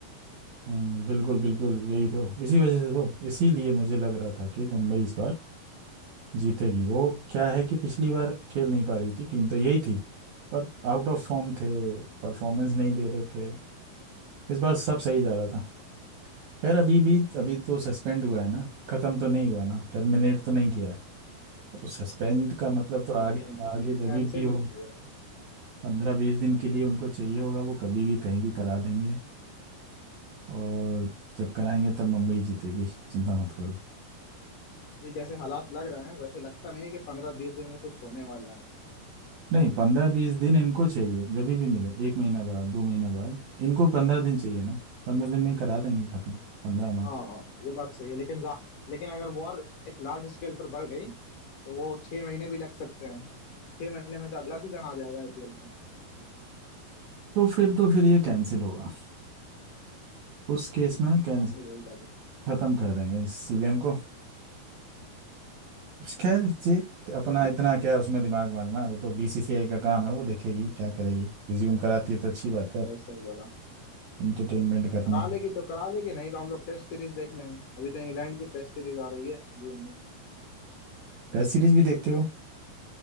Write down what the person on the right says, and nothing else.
हम्म, बिल्कुल बिल्कुल यही तो इसी वजह से तो इसीलिए मुझे लग रहा था कि मुंबई इस बार जीतेगी वो क्या है कि पिछली बार खेल नहीं पा रही थी टीम तो यही थी पर आउट ऑफ फॉर्म थे परफॉर्मेंस नहीं दे रहे थे इस बार सब सही जा रहा था खैर अभी भी अभी तो सस्पेंड हुआ है ना खत्म तो नहीं हुआ ना टर्मिनेट तो नहीं किया है तो सस्पेंड का मतलब तो आगे
आगे जब भी हो
पंद्रह बीस दिन के लिए उनको चाहिए होगा वो कभी भी कहीं भी करा देंगे और जब कराएंगे तब मुंबई जीतेगी चिंता मत करो
नहीं पंद्रह बीस दिन इनको चाहिए जब भी मिले एक महीना बाद दो महीना बाद इनको पंद्रह दिन चाहिए ना पंद्रह दिन में ही करा देंगे खत्म पंद्रह
मैच
तो फिर तो फिर ये कैंसिल होगा उस केस में कैंसिल
खत्म कर देंगे इस सीजन को खैर ये अपना
इतना क्या उसमें दिमाग मारना वो तो बीसीसीआई का काम है वो देखेगी क्या करेगी रिज्यूम कराती है तो अच्छी बात है
इंटरटेनमेंट करने
की
टेस्ट सीरीज भी देखते हो